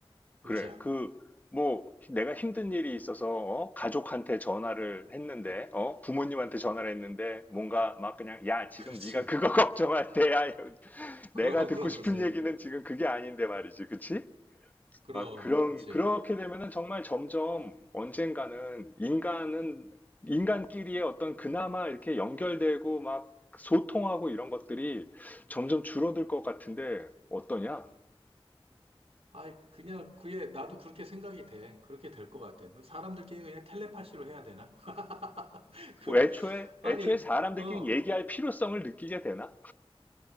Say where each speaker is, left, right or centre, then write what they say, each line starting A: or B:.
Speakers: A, on the left (about 15°); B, on the right (about 85°).
A: 그래.
B: 의지하고.
A: 그, 뭐, 내가 힘든 일이 있어서, 어, 가족한테 전화를 했는데, 어, 부모님한테 전화를 했는데, 뭔가 막 그냥, 야, 지금
B: <laughs> 그렇지.
A: 네가 그거 <laughs> 걱정할 때야. <laughs>
B: 그럼,
A: 내가 듣고
B: 그럼,
A: 싶은
B: 그렇지.
A: 얘기는 지금 그게 아닌데 말이지. 그치?
B: 그럼,
A: 막 그런
B: 그렇지.
A: 그렇게 되면은 정말 점점 언젠가는 인간은 인간끼리의 어떤 그나마 이렇게 연결되고 막 소통하고 이런 것들이 점점 줄어들 것 같은데 어떠냐?
B: 아, 그냥 그게 나도 그렇게 생각이 돼. 그렇게 될 것 같아. 그 사람들끼리 그냥 텔레파시로 해야 되나? <laughs> 그,
A: 애초에
B: 아니,
A: 애초에 사람들끼리
B: 어.
A: 얘기할 필요성을 느끼게 되나?